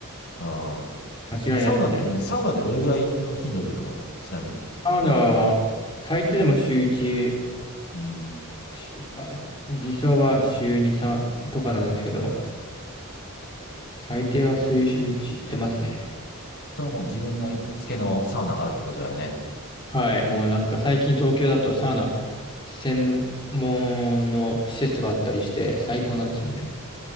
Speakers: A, on the left (about 50°); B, on the left (about 20°).
A: うん。
B: 間違いないですね。
A: サウナ、うん、サウナってどれぐらいの頻度で行くのちなみに。
B: カナダはまあ、最低でも週1、
A: うん。
B: しあ理想は週2、3とかなんですけど、最低は週、週1行ってますね。
A: それはもう自分の行きつけのサウナがあるってことだよね。
B: はい、もうなんか最近東京だとサウナ専門の施設があったりして最高なんですよね。
A: うん